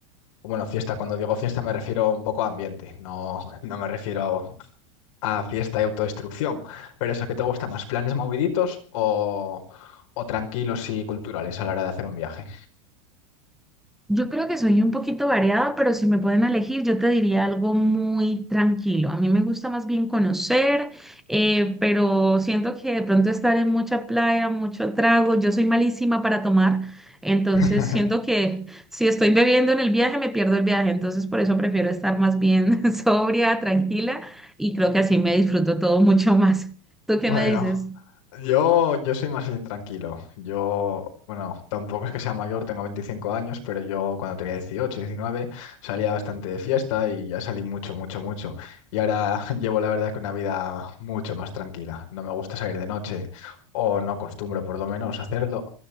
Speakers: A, on the left; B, in the centre.
A: Bueno, fiesta, cuando digo fiesta me refiero un poco a ambiente, no, <laughs> no me refiero a fiesta y autodestrucción. Pero eso, ¿qué te gusta más? ¿Planes moviditos o, o tranquilos y culturales a la hora de hacer un viaje?
B: Yo creo que soy un poquito variada, pero si me pueden elegir, yo te diría algo muy tranquilo. A mí me gusta más bien conocer, eh, pero siento que de pronto estar en mucha playa, mucho trago, yo soy malísima para tomar, entonces
A: <laughs>
B: siento que si estoy bebiendo en el viaje, me pierdo el viaje, entonces por eso prefiero estar más bien <laughs> sobria, tranquila, y creo que así me disfruto todo mucho más. ¿Tú qué
A: Bueno.
B: me dices?
A: Yo, yo soy más bien tranquilo. Yo, bueno, tampoco es que sea mayor, tengo 25 años, pero yo cuando tenía 18, 19 salía bastante de fiesta y ya salí mucho, mucho, mucho. Y ahora <laughs> llevo la verdad que una vida mucho más tranquila. No me gusta salir de noche o no acostumbro por lo menos hacerlo.